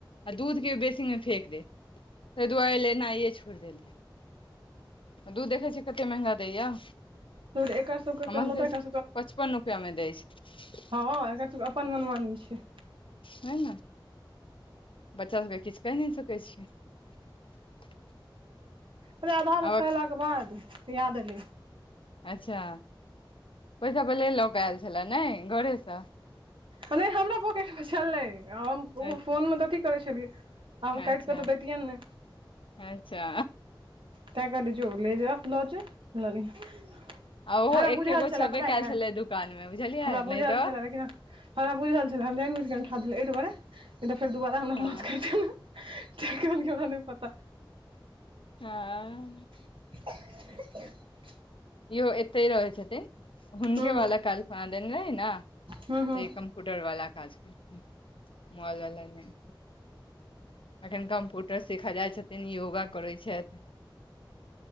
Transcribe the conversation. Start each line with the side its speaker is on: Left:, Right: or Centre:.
Left: आ दूध के बेसी मे फेेक दे तऽ दुआइ लेनाइए छोड़ि देलिए दूध देखै छियै कतेक महंगा दैए
Right: दूध एकर सबके
Left: हमसब
Right: कहलहुँ
Left: के
Right: तऽ एकर
Left: पचपन रुपआ मे दै छै
Right: हँ हँ एकर सब अपन मनमानी छै
Left: है न बच्चा सभके किछ केह नय सकै छियै <inaudible>
Right: अरे आधा रास्ता
Left: आबक
Right: अयलाके बाद याद ऐले
Left: अच्छा पैसा पहिले लऽ कऽ आयल छलए ने घरेसँ
Right: नय हमरा पॉकेटमे छलेय हम
Left: अच्छा
Right: ओ फोनमे तऽ अथी करै छलियै आम
Left: अच्छा
Right: काइट कऽ तऽ देैतियेन नै
Left: अच्छा
Right: तै कहलिए जो लौ जो ल लिह
Left: आ ओहो
Right: हमरा
Left: एके
Right: बुझल
Left: गो
Right: छलए
Left: छबे
Right: पता
Left: कयल
Right: य
Left: छलै दुकान मे बुझलियै
Right: हमरा बुझल
Left: नहि तऽ
Right: छलए लेकिन हमरा बुझल छलै हम जाइन बुझि कऽ अठा देलहुै एहि दुआरे नहीं तऽ फेर दोबारा हमरा
Left: हँ
Right: माछ खहु कियाकी हुनकर हमरा नय पता
Left: हँ
Right: <inaudible>
Left: इहो एते रहै छथिन हुनके
Right: हूँ
Left: वला काल खुना देन रहै न
Right: हूँ हूँ
Left: ते इ स्कूटरवला काज करथि मोबइलवला नय अखन कम्प्यूटर सीखऽ जाइत छथिन योगा करैत छैथ